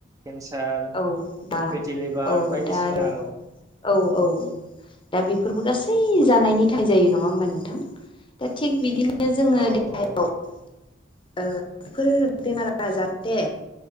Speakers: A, on the right; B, on the left.
A: केन्सार -तिलिभार
B: औ दा औ
A: बायदिसिना
B: दा आरो
A: औ।
B: औ औ। दा बेफोरबो गासै जानायनि थाइ जायो नङा होमबा नोंथां? दा थिग बिदिनो बिनो जोङो
A: औ
B: देहायाव
A: औ
B: ओ बेफोर बेमारआ जाहाथे